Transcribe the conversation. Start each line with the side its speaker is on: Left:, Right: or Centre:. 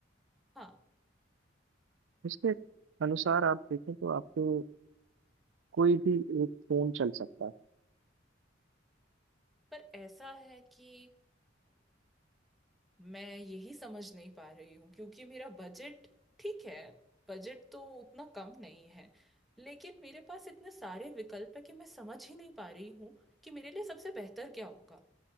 Centre: हाँ
Right: उसके अनुसार आप देखें तो आपको कोई भी एक फोन चल सकता है
Centre: पर ऐसा है कि मैं यही समझ नहीं पा रही हूँ क्योंकि मेरा बजट ठीक है बजट तो उतना कम नहीं है लेकिन मेरे पास इतने सारे विकल्प है कि मैं समझ ही नहीं पा रही हूँ कि मेरे लिए सबसे बेहतर क्या होगा